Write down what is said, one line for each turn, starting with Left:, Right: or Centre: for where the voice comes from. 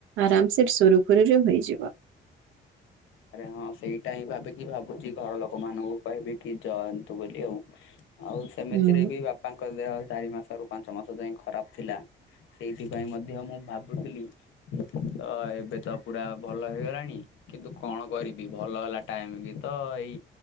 Right: ଆରାମ ସେ ସୁରୁଖୁରୁ ରେ ହେଇଯିବ।
Left: ଆରେ ହିଁ ସେଇଟା ହିଁ ଭାବିକି ଭାବୁଛି ଘର ଲୋକ ମାନଙ୍କୁ କହିବି କି ଯାଆନ୍ତୁ ବୋଲି ଆଉ। ଆଉ ସେମିତି
Right: ହୁଁ।
Left: ରେ ବି ବାପାଙ୍କ ଦେହ ଚାରି ମାସରୁ ପାଞ୍ଚ ମାସ ଯାଏଁ ଖରାପ ଥିଲା। ସେଇଥି ପାଇଁ ମଧ୍ୟ ମୁଁ ଭାବୁଥିଲି। ତୋ ଏବେ ତୋ ପୁରା ଭଲ ହେଇଗଲାଣି। କିନ୍ତୁ କଣ କରିବି ଭଲ ହେଲା ଟାଇମ ବି ତୋ ଏଇ